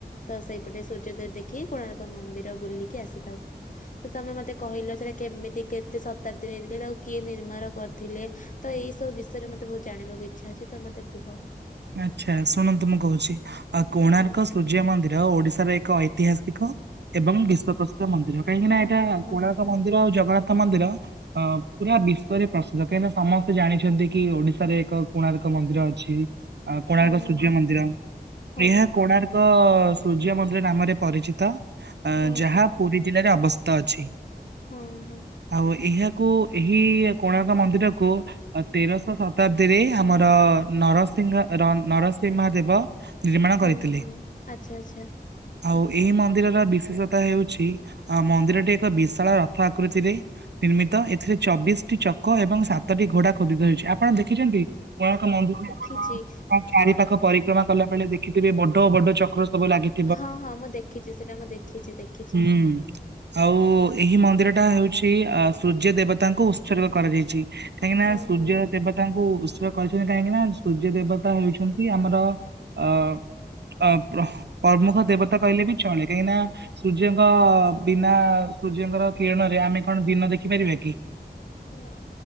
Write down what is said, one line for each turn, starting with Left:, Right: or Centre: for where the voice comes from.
Left: ତ ସେଇପଟେ ସୂର୍ଯ୍ୟୋଦୟ ଦେଖିକି କୋଣାର୍କ ମନ୍ଦିର ବୁଲିକି ଆସିଥାଉ। ତ ତମେ ମତେ କହିଲ ସେଟା କେମିତି କେତେ ଶତାବ୍ଦୀରେ ହେଇଥିଲା ତାକୁ କିଏ ନିର୍ମାଣ କରିଥିଲେ? ତ ଏଇ ସବୁ ବିଷୟରେ ମତେ ବହୁତ ଜାଣିବାକୁ ଇଚ୍ଛା ଅଛି ତ ମତେ କୁହ।
Right: ଆଚ୍ଛା ଶୁଣନ୍ତୁ ମୁଁ କହୁଛି ଆଉ କୋଣାର୍କ
Left: ହୁଁ
Right: ସୂର୍ଯ୍ୟ ମନ୍ଦିର ଓଡିଶାର ଏକ ଐତିହାସିକ ଏବଂ ବିଶ୍ୱ ପ୍ରସି ମନ୍ଦିର କାହିଁକି ନା
Left: ହଁ
Right: ଏଟା
Left: ହଁ
Right: କୋଣାର୍କ ମନ୍ଦିର ଆଉ ଜଗନ୍ନାଥ ମନ୍ଦିର ଅ ପୁରା ବିଶ୍ଵରେ ପ୍ରସିଦ୍ଧ କାହିଁକି ନା ସମସ୍ତେ ଜାଣିଛନ୍ତି କି ଓଡିଶାରେ ଏକ କୋଣାର୍କ ମନ୍ଦିର ଅଛି। ଅ କୋଣାର୍କ
Left: ହଁ ହଁ
Right: ସୂର୍ଯ୍ୟ ମନ୍ଦିର,
Left: ହଁ
Right: ଏହା କୋଣାର୍ କ ସୂର୍ଯ୍ୟ ମନ୍ଦିର ନାମରେ ପରିଚିତ,
Left: ହଁ
Right: ଯାହା
Left: ହଁ
Right: ପୁରୀ ଜିଲ୍ଲାରେ ଅବସ୍ଥିତ ଅଛି।
Left: ହୁଁ ହୁଁ।
Right: ଆଉ ଏହାକୁ ଏହି କୋଣାର୍କ ମନ୍ଦିରକୁ ତେରଶ ଶତାବ୍ଦୀରେ ଆମର ନର ସିଂହ ନରସିମା ଦେବ ନିର୍ମାଣ
Left: ହଁ
Right: କରିଥିଲେ।
Left: ହଁ ହଁ ଆଚ୍ଛା ଆଚ୍ଛା
Right: ଆଉ ଏଇ ମନ୍ଦିରର ବିଶେଷତା ହେଉଛି ଆ ମନ୍ଦିରଟି ଏକ ବିଶାଳ ରଥ ଆକୃତିରେ ନିର୍ମିତ ଏଥିରେ ଚବିଶି ଟି ଚକ ଏବଂ ସାତଟି ଘୋଡା ଖୋଦିତ ହୋଇଛି। ଆପଣ ଦେଖିଛନ୍ତି କୋଣାର୍କ ମନ୍ଦିର
Left: କିଛି
Right: ହ ଚାରି ପାଖ ପରିକ୍ରମା କଲା ବେଳେ ଦେଖିଥିବେ ବଡ ବଡ ଚକ୍ର ସବୁ ଲାଗି
Left: ହଁ ହଁ ମୁଁ ଦେଖିଚି ସେଟା ମୁଁ ଦେଖିଚି ଦେଖିଚି।
Right: ହୁଁ। ଆଉ ଏହି ମନ୍ଦିର ଟା ହେଉଚି ସୂର୍ଯ୍ୟ ଦେବତାଙ୍କୁ ଉତ୍ସର୍ଗ କରାଯାଇଛି। କାହିଁକି ନା
Left: ହଁ
Right: ସୂର୍ଯ୍ୟ
Left: ହଁ
Right: ଦେବତାଙ୍କୁ ଉତ୍ସ କରିଛନ୍ତି କାହିଁକି ନା ସୂର୍ଯ୍ୟ ଦେବତା ହେଉଛନ୍ତି ଆମର ଅ ଅ ପ୍ର ପ୍ରମୁଖ ଦେବତା କହିଲେ ବି ଚଳେ କାହିଁକି ନା ସୂର୍ଯ୍ୟଙ୍କ ବିନା ସୂର୍ଯ୍ୟଙ୍କର କିରଣରେ ଆମେ କଣ ଦିନ ଦେଖି ପାରିବା କି?
Left: ନାଁ।